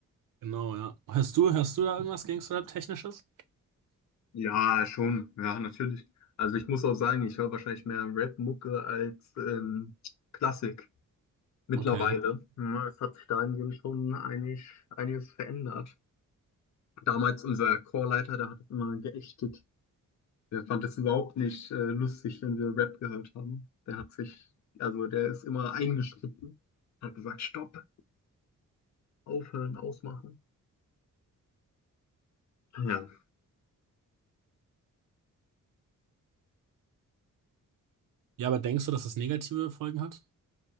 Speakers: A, on the right (about 75°); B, on the left (about 60°).
A: genau, ja. Hörst du, hörst du da irgendwas Gangsterrap-Technisches?
B: Ja, schon. Ja, natürlich. Also ich muss auch sagen, ich höre wahrscheinlich mehr Rap-Mucke als ähm, Klassik. Mittlerweile.
A: Okay.
B: Ja, es hat sich dahingehend schon einig, einiges verändert. Damals unser Chorleiter, der hat es immer geächtet. Der fand es überhaupt nicht äh, lustig, wenn wir Rap gehört haben. Der hat sich, also der ist immer eingeschritten, hat gesagt, Stopp, aufhören, ausmachen. Ja.
A: Ja, aber denkst du, dass es negative Folgen hat?